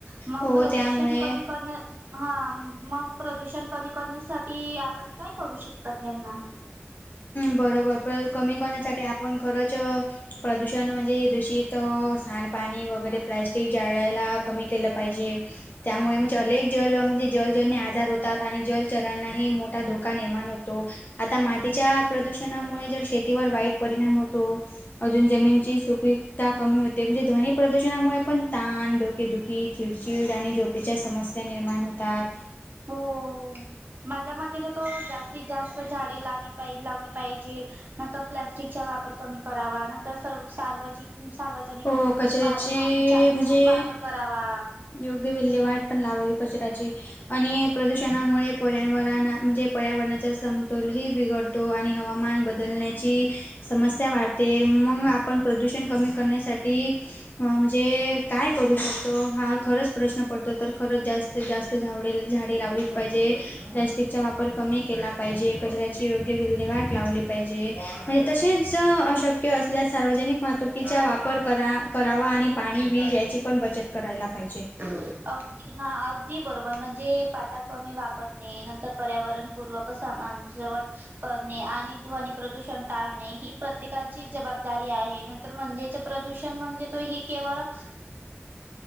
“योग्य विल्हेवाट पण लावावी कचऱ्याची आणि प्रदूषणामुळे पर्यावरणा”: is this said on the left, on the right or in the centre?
Left